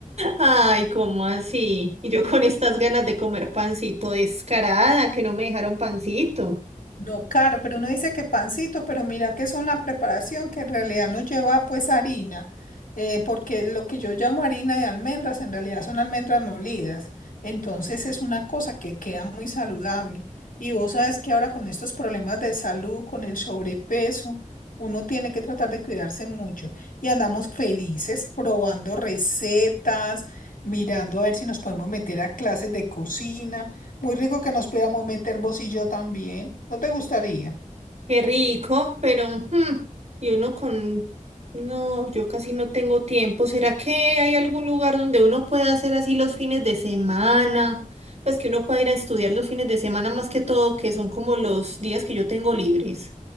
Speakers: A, on the right (about 55°); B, on the left (about 90°).
A: Ay, ¿cómo así? Y yo con estas ganas de comer pancito descarada, que no me dejaron pancito.
B: No, claro, pero uno dice que pancitos, pero mira que es una preparación que en realidad no lleva pues harina, eh, porque lo que yo llamo harina de almendras en realidad son almendras molidas. Entonces es una cosa que queda muy saludable. Y vos sabes que ahora con estos problemas de salud, con el sobrepeso, uno tiene que tratar de cuidarse mucho. Y andamos felices probando recetas, mirando a ver si nos podemos meter a clases de cocina. Muy rico que nos pudiéramos meter vos y yo también. ¿No te gustaría?
A: Qué rico, pero mm, y uno con... No, yo casi no tengo tiempo. ¿Será que hay algún lugar donde uno pueda hacer así los fines de semana? Pues que uno pueda ir a estudiar los fines de semana más que todo, que son como los días que yo tengo libres.